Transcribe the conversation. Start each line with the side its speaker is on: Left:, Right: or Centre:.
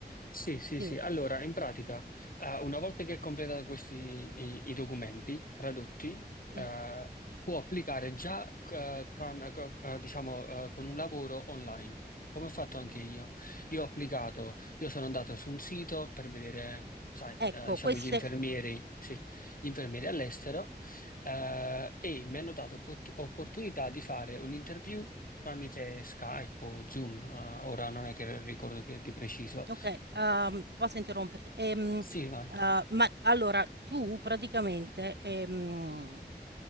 Left: sì, sì,
Right: sì.
Left: sì, allora, in pratica, eh, una volta che hai completato questi i, i documenti tradotti, eh,
Right: Sì,
Left: può applicare già, eh, tram- eh, eh, diciamo, eh, con un lavoro online, come ho fatto anche io. Io ho applicato, io sono andato su un sito per vedere, sai, eh,
Right: ecco
Left: diciamo,
Right: queste
Left: gli infermieri, sì, gli infermieri all'estero, eh, e mi hanno dato opport- opportunità di fare un'interview tramite Skype o Zoom, eh, ora non è che ricordo che- di preciso.
Right: okay, uhm, posso interromperti, ehm,
Left: Sì, vai.
Right: uhm, ma allora tu praticamente, ehm,